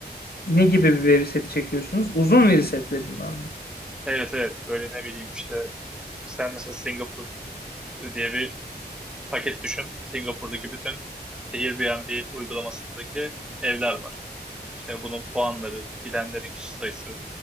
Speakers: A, on the left; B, in the centre.
A: Ne gibi bir veri seti çekiyorsunuz? Uzun veri setlerinden mi?
B: Evet evet böyle ne bileyim işte sen mesela Singapur diye bir paket düşün. Singapur'daki bütün Airbnb uygulamasındaki evler var. İşte bunun puanları, gidenlerin kişi sayısı,